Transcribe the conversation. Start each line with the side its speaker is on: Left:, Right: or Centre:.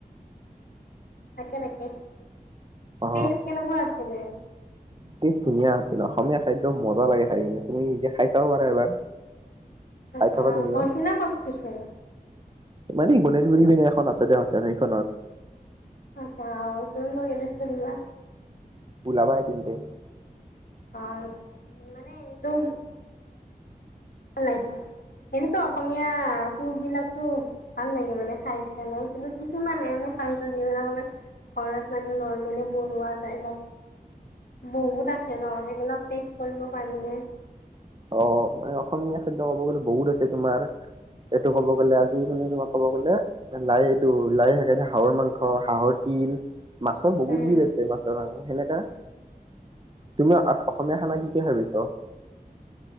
Left: থাকে নাকে
Right: অ
Left: পেষ্ট কেনেকুৱা আছিলে।
Right: কি ধুনীয়া । অসমীয়া খাদ্য মজা লাগে খাই কিনে, তুমি যে খাই চাব পাৰা এবাৰ খাই
Left: আচ্ছা
Right: চাবা তুমিও
Left: গৈছিনে ক'ত পিছে?
Right: মানে গণেশগুৰি পিনে এখন আছে দেহঁতেৰ সেইখনত
Left: আচ্ছা অ' তুমি মোক এড্ৰেছটো দিবা।
Right: ওলাবা এদিন তে
Left: অ' মানে এনেটো ল এনেতো অসমীয়া ফুড বিলাকতো ভাল লাগে মানে খাই পেলাই কিন্তু কিছুমানে আমি খাইছো যিবিলাক আমাৰ ঘৰত মানে নৰ্মেলি বনোৱা যায়, বহুত আছে ন সেইবিলাক দেখি কৰিব পাৰবিনে?
Right: অ' মানে অসমীয়া খাদ্য ক'ব গলে বহুত আছে তোমাৰ, এইটো ক'ব গলে আজি মই তোমাক ক'ব গ'লে লাই এইটো লাই থাকে যে হাঁহৰ মাংস, হাঁহৰ তিল মাছৰ বহুত
Left: উম
Right: বিধ আছে, মাছৰ কাৰণে সেনেকা তুমিও অসমীয়া খানা কি কি ভাবিছ?